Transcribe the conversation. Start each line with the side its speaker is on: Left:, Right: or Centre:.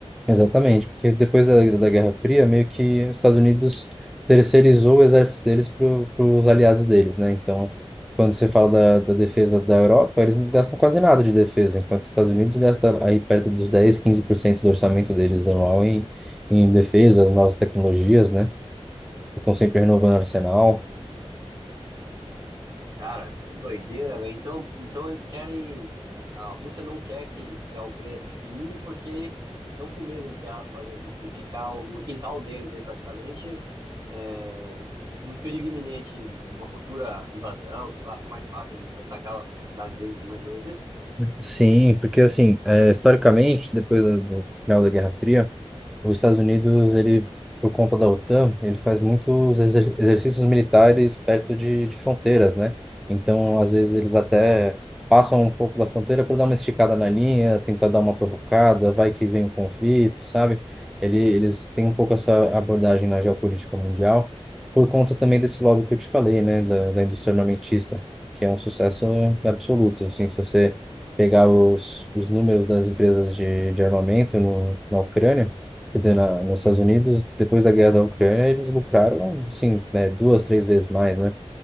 Centre: Exatamente, porque depois da, da Guerra Fria, meio que os Estados Unidos terceirizou o exército deles para os aliados deles, né? Então, quando você fala da, da defesa da Europa, eles não gastam quase nada de defesa, enquanto os Estados Unidos gastam aí perto dos dez quinze por cento do orçamento deles anual em, em defesa, novas tecnologias, né? Estão sempre renovando o arsenal.
Right: Cara, que doideira, velho. Então, então eles querem. A Rússia não quer que, que a Ucrânia se filie porque estão com medo, entre aspas, né, de, de ficar no quintal deles, né, praticamente, é, um perigo iminente de, de uma futura invasão, sei lá, fica mais fácil de, de atacar a cidade deles, mais ou menos isso?
Centre: Sim, porque assim, eh, historicamente, depois da- do final da Guerra Fria, Os Estados Unidos, ele, por conta da OTAN, ele faz muitos exer exercícios militares perto de, de fronteiras, né? Então, às vezes, eles até passam um pouco da fronteira por dar uma esticada na linha, tentar dar uma provocada, vai que vem o conflito, sabe? Ele, eles têm um pouco essa abordagem na geopolítica mundial, por conta também desse lobby que eu te falei, né? Da, da indústria armamentista, que é um sucesso absoluto, assim, se você pegar os, os números das empresas de, de armamento no, na Ucrânia, Quer dizer, na, nos Estados Unidos, depois da guerra da Ucrânia, eles lucraram, sim, né, duas, três vezes mais, né?